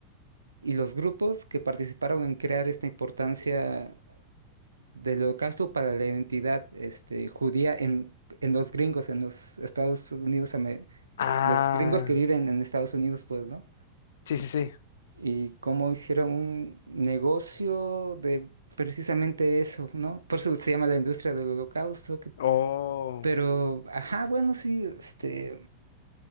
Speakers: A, on the right; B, on the left.
A: y los grupos que participaron en crear esta importancia del holocausto para la identidad este, judía en, en los gringos, en los Estados Unidos, ame-
B: Ah,
A: los gringos que viven en Estados Unidos, pues, ¿no?
B: sí, sí, sí.
A: Y cómo hicieron un negocio de precisamente eso, ¿no? Por eso se llama la industria del holocausto, que-
B: Oh,
A: pero, ajá, bueno, sí, este,